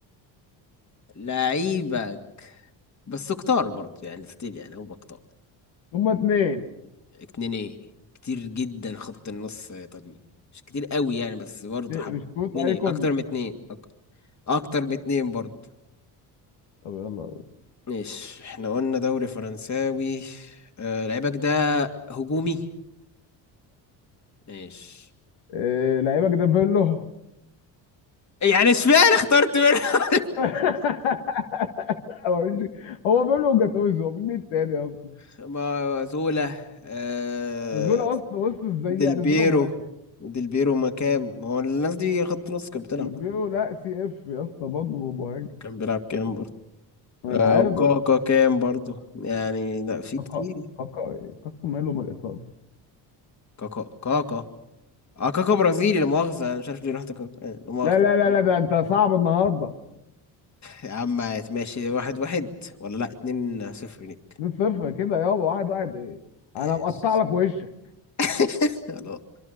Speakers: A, on the left; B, on the left.
A: لعيبك بس كتار برضه يعني ستيل يعني هم كتار
B: هما اتنين
A: اتنين ايه كتير جدا خط النص طبيعي مش كتير قوي يعني بس برضه
B: إيه،
A: حب
B: بسكوت
A: اتنين
B: ايكون
A: ايه اكتر من اتنين أك- اكتر من اتنين برضه
B: طب يلا
A: ماشي احنا قلنا دوري فرنساوي آه لعيبك ده هجومي ماشي
B: إيه، لعيبك ده بيرلو
A: يعني اشمعنى اخترت منها
B: <laughs> هو مش- هو بيرلو وجاتوزو هو مين التاني اصلا
A: <laughs> ما زولا آه
B: نزوله آه. اصلا بص ازاي
A: ديل
B: يعني
A: بيرو
B: نزوله مهاجم
A: ديل بيرو ما كام ما هو الناس دي خط نص كانت بتلعب
B: البيرلو لا سي اف يا اسطى برضه هو مهاجم
A: كان بيلعب كام برضه
B: انا
A: آه
B: عارف
A: وكاكا
B: بس
A: كام برضه يعني لا في
B: كاكا
A: كتير
B: كاكا إيه؟ كاكا ماله من الايطالي
A: كاكا كاكا اه كاكا برازيلي لا مؤاخذة انا مش عارف ليه رحت كاكا آه، لا مؤاخذة
B: لا لا لا لا ده انت صعب النهارده
A: يا عم ماشي واحد واحد ولا لا اتنين صفر ليك
B: 2 صفر كده يابا واحد واحد ايه
A: ايش
B: انا مقطع لك وشك
A: <laughs> خلاص